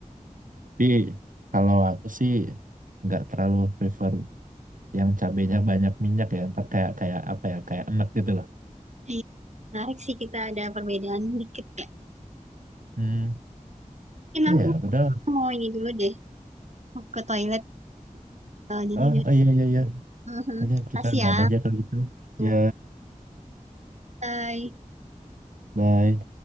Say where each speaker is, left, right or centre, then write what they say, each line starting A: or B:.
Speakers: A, on the right; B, on the right.
A: Tapi kalau aku sih nggak terlalu prefer yang cabainya banyak minyak ya. Ntar kayak kayak apa ya kayak enak gitu loh.
B: Iya, menarik sih kita ada perbedaan dikit ya.
A: Hmm,
B: Mungkin
A: iya
B: aku
A: padahal.
B: mau ini dulu deh, mau ke toilet. Eh, jadi,
A: Oh, oh iya iya iya.
B: Mhm.
A: Jadi
B: kasih
A: kita udahan
B: ya.
A: aja kalau gitu.
B: Ya.
A: Ya,
B: Bye.
A: bye.